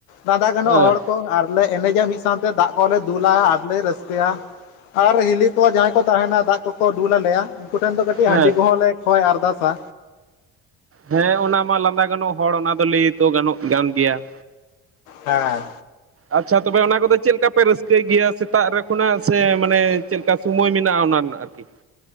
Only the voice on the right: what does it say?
ᱦᱮᱸ
ᱦᱮᱸ
ᱦᱮᱸ ᱚᱱᱟ ᱢᱟ ᱞᱟᱸᱫᱟ ᱜᱟᱱᱚᱜ ᱦᱚᱲ ᱚᱱᱟ ᱫᱚ ᱞᱟᱹᱭ ᱛᱚ ᱜᱟᱱᱚᱜ ᱠᱟᱱ ᱜᱮᱭᱟ᱾
ᱟᱪᱪᱷᱟ ᱛᱚᱵᱮ ᱚᱱᱟ ᱠᱚᱫᱚ ᱪᱮᱫ ᱞᱮᱠᱟᱯ, ᱯᱮ ᱨᱟᱹᱥᱠᱟᱹᱭ ᱜᱮᱭᱟ ᱥᱮᱛᱟᱜ ᱨᱮ ᱠᱷᱚᱱᱟᱜ ᱥᱮ ᱢᱟᱱᱮ ᱪᱮᱫ ᱞᱮᱠᱟ ᱥᱚᱢᱚᱭ ᱢᱮᱱᱟᱜᱼᱟ ᱚᱱᱟ ᱨᱮᱱᱟᱜ ᱟᱨᱠᱤ?